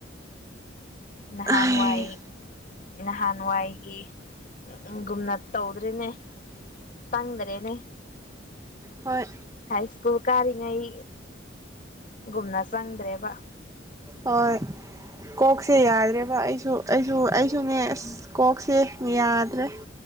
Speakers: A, on the left; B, on the right.
A: ꯅꯍꯥꯟꯋꯥꯏ
B: ꯑꯣ
A: ꯅꯍꯥꯟꯋꯥꯏꯒꯤ ꯎꯝ ꯎ ꯒꯨꯝꯅ ꯇꯧꯗ꯭ꯔꯤꯅꯦ ꯐꯥꯡꯗꯔꯦꯅꯦ
B: ꯍꯣꯏ
A: ꯍꯩ ꯁꯀꯨꯜ ꯀꯥꯔꯤꯉꯩ ꯒꯨꯝꯅ ꯆꯪꯗ꯭ꯔꯦꯕ
B: ꯍꯣꯏ ꯀꯣꯛꯁꯦ ꯌꯥꯗ꯭ꯔꯦꯕ ꯑꯩꯁꯨ ꯑꯩꯁꯨ ꯑꯩꯁꯨꯅꯦ ꯑꯁ ꯀꯣꯛꯁꯦ ꯌꯥꯗꯦ